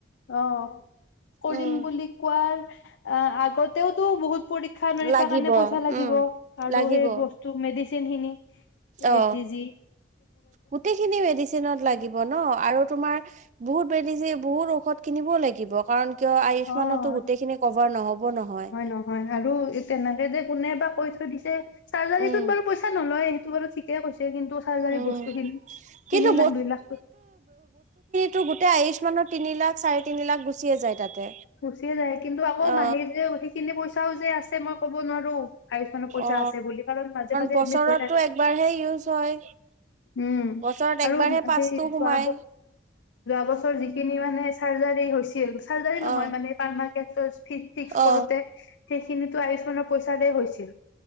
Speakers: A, on the left; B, on the right.
A: অঁ কৰিম
B: উম
A: বুলি কোৱাৰ আগতেও টো বহুত পৰীক্ষা - নিৰীক্ষাৰ
B: লাগিব
A: কাৰণে পইচা লাগিব,
B: উম
A: আৰু
B: লাগিব
A: সেই বস্তু মেডিচিন ধিনী
B: অ
A: এতি যি
B: গোটেইখিনি মেডিচিনত লাগিব ন আৰু তোমাৰ বহুত <unintelligible> ঔষধ কিনিবও লাগিব কাৰণ কিয় আয়ুষ্মানটো
A: অ
B: গোটেইখিনি কভাৰ ন'হব নহয়।
A: নহয় আৰু তেনেকে যে কোনে বা কৈ থৈ দিছে। চাৰ্জাৰীটোত
B: উম
A: বাৰু পইচা নলয় সেইটো বাৰু ঠিকেই কৈছে কিন্তু চাৰ্জাৰী
B: উম
A: বস্তুখিনি
B: কিন্তু
A: তিনি লাখ দুই লাখ
B: তো গোটেই আয়ু্ষ্মানৰ তিনি লাখ, চাৰে তিনি লাখ গুচিয়ে যায়। তাতে
A: গুচিয়ে যায় কিন্তু আকৌ
B: অ
A: মাহে যে সেইখিনি পই তেওঁ যে আছে মই ক'বা নৰো গাড়ীখনৰ পইচা
B: অ
A: আছে বুলি কাৰণ মাজে মাজে
B: বছৰতটো
A: এডমিট হৈ থাকে
B: একবাৰহে ইউজ হয়
A: উ
B: বছৰত
A: আৰু
B: একবাৰহে পাঁচটো সোমাই
A: যোৱা বছৰ যিখিনি মানে যিখিনি চাৰ্জাৰী হৈছিল, চাৰ্জাৰী নহয়
B: অ
A: মানে এইবাৰ আমাৰ কেচটো ফি ফিক্স কৰোতে
B: অ
A: সেইখিনিতো আয়ু্ষ্মানৰ পইচাৰে হৈছিল।